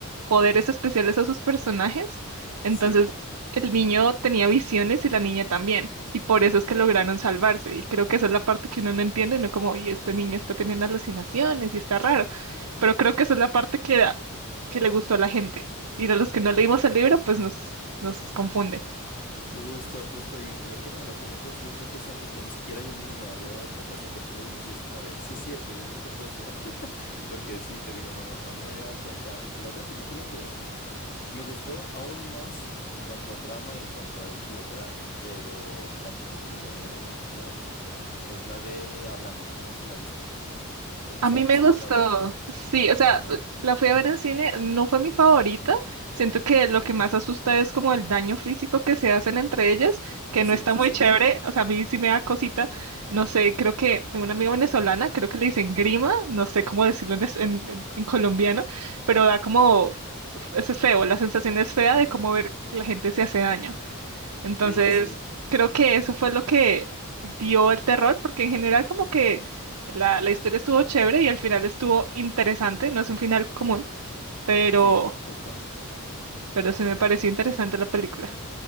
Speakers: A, on the right; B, on the left.
A: poderes especiales a sus personajes. Entonces,
B: sí,
A: el niño tenía visiones y la niña también. Y por eso es que lograron salvarse. Y creo que esa es la parte que uno no entiende, no como, y este niño está teniendo alucinaciones y está raro. Pero creo que esa es la parte que, que le gustó a la gente. Y a los que no leímos el libro, pues nos, nos confunde.
B: justo, justo. Y, y ahorita que me lo comentas, yo creo que es algo que ni siquiera yo mismo me había dado cuenta hasta que tú lo dices y es como de, sí es cierto, yo creo que fue eso. <laughs> Porque sí, te digo, no, no, no me había dado cuenta. Y la otra película que Me gustó aún más en cuanto a trama y en cuanto al giro que da, pero tampoco es como que me dio mucho miedo. Es la de Háblame, no sé si la viste. Creo que
A: A
B: se
A: mí
B: llama
A: me
B: así,
A: gustó,
B: la de...
A: sí, o
B: Ajá.
A: sea, la fui a ver en cine, no fue mi favorita, siento que lo que más asusta es como el daño físico que se hacen entre ellas, que
B: Sí,
A: no está
B: sí,
A: muy
B: sí.
A: chévere, o sea, a mí sí me da cosita, no sé, creo que tengo una amiga venezolana, creo que le dicen grima, no sé cómo decirlo en, es- en- en- en colombiano, pero da como, eso es feo, la sensación es fea de cómo ver que la gente se hace daño. Entonces,
B: Sí, sí, sí.
A: creo que eso fue lo que dio el terror, porque en general como que la, la historia estuvo chévere y al final estuvo interesante, no es un final común, pero,
B: Sí, justo.
A: pero sí me pareció interesante la película.